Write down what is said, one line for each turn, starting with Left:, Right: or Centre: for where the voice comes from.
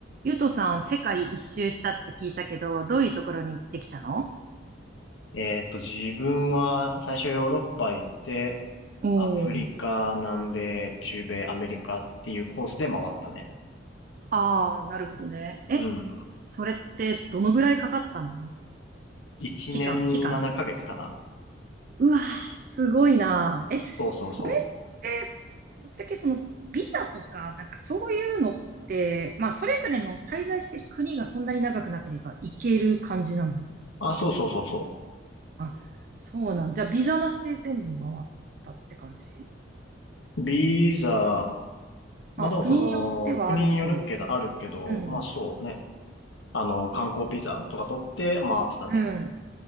Right: ゆとさん、世界一周したって聞いたけど、どういうところに行ってきたの
Left: えっと、自分は最初ヨーロッパ行って、
Right: お
Left: アフリカ、
Right: ー
Left: 南米、中米、アメリカっていうコースで回ったね。
Right: ああー、なるほどね。え、
Left: うん。
Right: それってどのぐらいかかったの
Left: 1年7ヶ月かげつかな。
Right: 期間、期間ね。うわー、すごいなー。え、
Left: そうそうそう。
Right: それって、ぶっちゃけその、ビザとか、なんかそういうのって、まあ、それぞれの滞在してる国がそんなに長くなければ行ける感じなの
Left: あ、そうそうそうそ
Right: あ、そうなん。じゃあ、ビザなしで全部回ったって感じ
Left: う。ビザ、まあでもその、
Right: まあ、国によってはあるところ。
Left: 国によるけど、あるけど、
Right: うん。
Left: まあそうね。あの、観光ビザとか取って回ってたね。
Right: うん。